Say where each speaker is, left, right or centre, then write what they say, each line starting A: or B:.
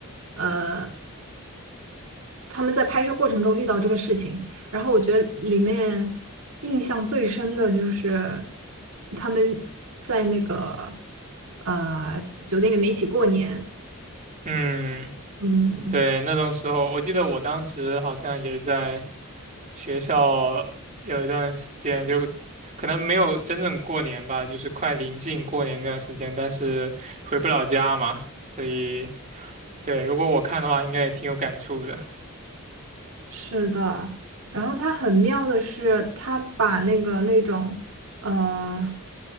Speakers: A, on the right; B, on the right.
A: 呃，他们在拍摄过程中遇到这个事情，然后我觉得里面印象最深的就是他们在那个呃酒酒店里面一起过年，
B: 嗯，
A: 嗯。
B: 对，那种时候，我记得我当时好像也是在学校有一段时间，就可能没有真正过年吧，就是快临近过年那段时间，但是回不了家嘛，所以对，如果我看的话，应该也挺有感触的。
A: 是的，然后它很妙的是，它把那个那种呃